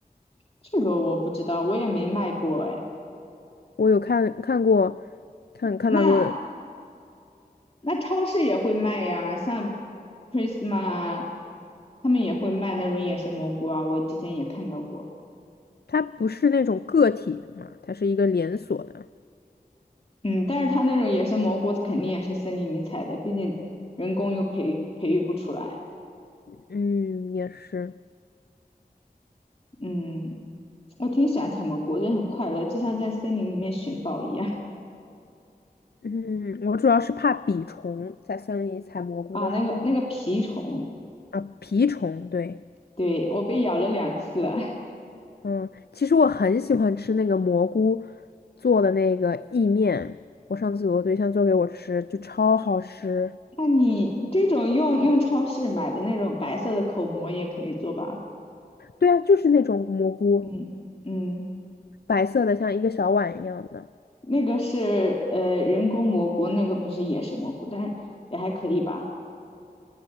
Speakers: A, on the left; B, on the left.
A: 这个我不知道，我也没卖过哎。
B: 我有看看过，看看到过，
A: 那那超市也会卖呀，像 Prisma 啊，他们也会卖那种野生蘑菇啊，我之前也看到过。
B: 它不是那种个体的嘛，它是一个连锁的。
A: 嗯，但是它那种野生蘑菇肯定也是森林里采的，毕竟人工又培培育不出来。
B: 嗯，也是。
A: 嗯，我挺喜欢采蘑菇，我觉得很快乐，就像在森林里面寻宝一样。
B: 嗯，我主要是怕蜱虫，在森林里采蘑菇的时候
A: 啊，那个那个蜱虫，
B: 啊，蜱虫，对。
A: 对，我被咬了两次了。<laughs>
B: 嗯，其实我很喜欢吃那个蘑菇做的那个意面，我上次我对象做给我吃，就超好吃。
A: 那你这种用用超市买的那种白色的口蘑也可以做吧？
B: 对啊，就是那种蘑菇，
A: 嗯嗯，
B: 白色的，像一个小碗一样的。
A: 那个是呃人工蘑菇，那个不是野生蘑菇，但是也还可以吧。